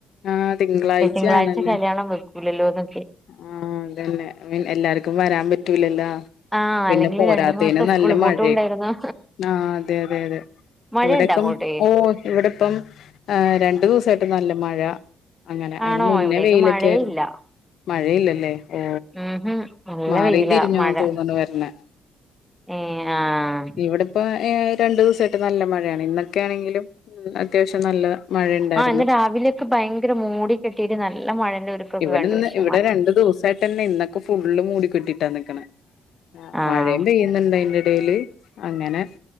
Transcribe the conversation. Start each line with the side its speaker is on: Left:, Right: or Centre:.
Left: ആഹ് തിങ്കളാഴ്ച
Centre: തിങ്കാഴ്ച
Left: ആണല്ലേ
Centre: കല്യാണം വേ ക്കുല്ലല്ലോന്ന്
Left: ആഹ് അത് തന്നെ എല്ലാർക്കും വരാൻ പറ്റൂലല്ലാ
Centre: ആഹ്
Left: പിന്നെ
Centre: അല്ലെങ്കിൽ
Left: പോരാത്തേന്
Centre: രണ്ടു മാസത്തെ സ്കൂൾ
Left: നല്ല മഴയും
Centre: പൂട്ടും ഉണ്ടായിരുന്നു
Left: ആഹ് അതെ അതെ അതെ
Centre: മഴയുണ്ട
Left: ഇവിടെക്കം
Centre: അങ്ങോട്ടേ
Left: ഓ ഇവിടെ ഇപ്പം രണ്ടു ദിവസായിട്ട് നല്ല മഴ അങ്ങനെ അയിന്
Centre: ആണോ
Left: മുന്നേ
Centre: ഇവിടേക്ക്
Left: വെയിലൊക്കെ
Centre: മഴയില്ല
Left: ആയിരുന്നു മഴയില്ലല്ലേ ഓ
Centre: ഉംഹ് നല്ല
Left: മാറിയും
Centre: വെയില
Left: തിരിഞ്ഞും
Centre: മഴ
Left: തോന്നുന്നു വരണേ
Centre: ഏ ആഹ്
Left: ഇവിട്പ്പൊ ആഹ് രണ്ടു ദിവസമായിട്ട് നല്ല മഴയാണ് ഇന്നൊക്കൊണെങ്കിലും അത്യാവശ്യം നല്ല മഴയുണ്ടായിരുന്നു
Centre: ആഹ് ഇന്ന് രാവിലെയൊക്കെ ഭയങ്കര മൂടി കെട്ടിട്ട് നല്ല മഴന്റെ ഒരുക്കൊക്കെ
Left: ഇവിടെന്ന്
Centre: കണ്ടു പക്ഷേ
Left: ഇവിടെ രണ്ടു ദിവസായിട്ട്ന്നെ ഇന്നൊക്കെ ഫുള്ള് മൂടി കെട്ടിട്ടാ നിക്കണേ
Centre: ആഹ്
Left: മഴയും പെയ്യുന്നുണ്ട് ഇടയില് അങ്ങനെ